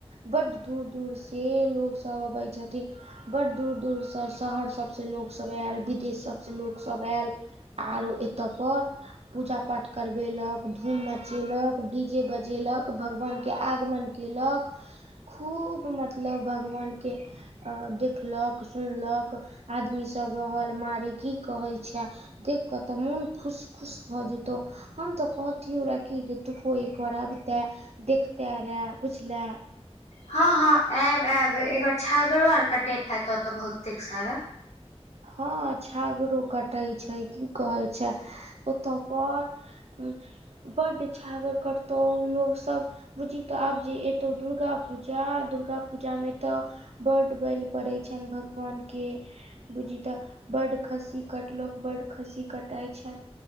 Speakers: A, on the right (about 70°); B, on the left (about 85°).
A: ब्ट दूर दूर से लोग सब अबे छथिन। बड़ दूर दूरसँ शहर सबसँ लोक सब विदेश सबसँ लोक सब आएऽल। आरो एतऽपर पूजा पाठ करबेलक धूम मचेलक डी जे बजेलक भगवान के आगमन केलक खूब मतलब भगवान् के अ देख देखलक सुनलक आदमी सब रहल मारे की कहै छै। देख कऽ तऽ मोन खुश खुश भऽ जेतउ। हम त कहीतियोरेकी जे तूहो एकबार अबते देखते रे बुझलें।
B: हँ हँ आयब आयब एकबार छागड़ो और कटैत हैत ओतऽ बहुते सारा
A: हँ छागड़ो कटेछै की कहैं छै। ओतपर हुंम बड्ड छागर कततौ लोकसब बुझीतऽ आबजे एतौ दुर्गा पूजा दुर्गा पूजामें तऽ बड्ड बलि पड़यछइन भगवानके बुझी तऽ बड खस्सी कटलक बड्ड खस्सी कटाइ छनि।